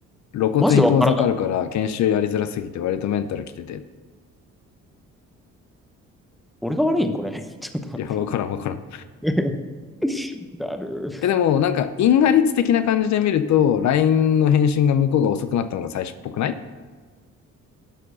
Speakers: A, on the left (about 65°); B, in the centre.
A: 露骨に遠ざかるから研修やりづらすぎて割とメンタルきてて。
B: マジでわからない。俺が悪いんこれ。<laughs> ちょっと待
A: いや、わからんわからん。
B: って。だるー。
A: え、でもなんか因果率的な感じで見ると、LINE の返信が向こうが遅くなったのが最初っぽくない